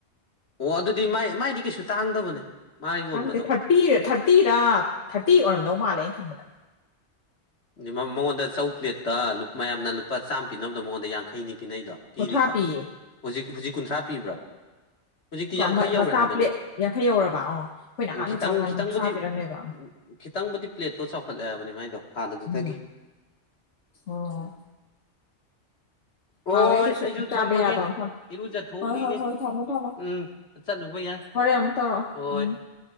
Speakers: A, on the left; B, on the left.
A: ꯑꯣ ꯑꯗꯨꯗꯤ ꯃꯥꯏ ꯃꯥꯏꯗꯤ ꯀꯩꯁꯨ ꯇꯥꯡꯗꯕꯅꯦ ꯃꯥ ꯌꯣꯟꯕꯗꯣ
B: ꯈꯪꯗꯦ ꯊꯥꯔꯇꯤꯔ ꯊꯥꯔꯇꯤꯔꯥ ꯊꯥꯔꯇꯤ ꯑꯣꯏꯔꯝꯗꯧ ꯃꯥꯜꯂꯦ ꯑꯅ ꯈꯟꯕꯗ
A: ꯃꯉꯣꯟꯗ ꯆꯧ ꯄ꯭ꯂꯦꯠꯇ ꯃꯌꯥꯝꯅ ꯂꯨꯄꯥ ꯆꯥꯝꯃ ꯄꯤꯅꯕꯗ ꯃꯉꯣꯟꯗ ꯌꯥꯡꯈꯩꯅꯤ ꯄꯤꯅꯩꯗꯣ ꯄꯤꯔꯤꯗꯑꯣ
B: ꯀꯨꯟꯊ꯭ꯔꯥ ꯄꯤꯌꯦ
A: ꯍꯧꯖꯤꯛ ꯍꯧꯖꯤꯛ ꯀꯨꯟꯊ꯭ꯔꯥ ꯄꯤꯕ꯭ꯔꯥ ꯍꯧꯖꯤꯛꯇꯤ
B: ꯀ
A: ꯌꯥꯡꯈꯩ ꯌꯧꯔꯦ
B: ꯃꯆꯥ
A: ꯍꯥꯏꯕꯅꯦ
B: ꯄ꯭ꯂꯦꯠ ꯌꯥꯡꯈꯩ ꯌꯧꯔꯕ ꯑꯣ ꯑꯩꯈꯣꯏꯅ ꯑꯍꯥꯟ
A: ꯎꯝ ꯈꯤꯇꯪ
B: ꯃꯆꯥꯃ ꯀꯥꯟ
A: ꯈꯤꯇꯪꯕꯨꯗꯤ
B: ꯀꯨꯟꯊ꯭ꯔꯥ ꯄꯤꯔꯝꯃꯦꯕ
A: ꯎꯝ ꯈꯤꯇꯪꯕꯨꯗꯤ ꯄ꯭ꯂꯦꯠꯇꯣ ꯆꯥꯎꯈꯠꯂꯛꯑꯕꯅꯦ ꯃꯥꯏꯗꯣ ꯍꯥꯟꯅꯗꯨꯗꯒꯤ
B: ꯎꯝ ꯑꯣ
A: ꯍꯣꯏ
B: ꯍꯥꯎ ꯑꯗꯣꯏꯁꯨ
A: ꯑꯩꯁꯨ
B: ꯆꯥꯕ
A: ꯊꯝꯃꯒꯦ
B: ꯌꯥꯕ ꯃꯐꯝꯅꯤ
A: ꯏꯔꯨꯖꯊꯣꯛꯎꯈꯤꯒꯦ
B: ꯍꯣꯏ ꯍꯣꯏ ꯍꯣꯏ ꯊꯝꯃꯣ ꯊꯝꯃꯣ
A: ꯎꯝ ꯆꯠꯂꯨꯕ ꯌꯥꯏ
B: ꯍꯣꯔꯦ ꯑꯃꯨꯛ ꯇꯧꯔꯛꯑꯣ
A: ꯍꯣꯏ
B: ꯎꯝ